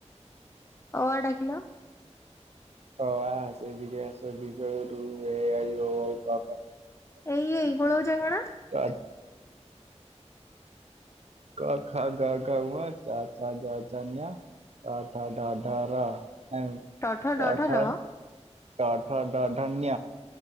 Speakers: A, on the left; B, on the right.
A: ଅ ଆ ଡ଼ାକିଲ।
B: ଅ, ଆ, ହସେଇ, ଦ୍ରିଘଇ, ହସଉ, ଦ୍ରିଘଉ, ରୁ, ଏ, ଅଇ, ଓ, ଅଉ, କ, ଖ ଘ
A: ଏଇ ଏଇ ଗୋଳଉଚ କଣ
B: <unintelligible> କ, ଖ, ଗ ଘ, ଙ, ଚ, ଛ, ଜ, ଝ, ଞ ଟ, ଠ, ଡ, ଢ, ର ଯାଇଁଲୁ କି?
A: ଠ
B: ଟ,
A: ଡ ଢ
B: ଠ,
A: ର
B: ଟ, ଠ, ଡ, ଢ, ଞ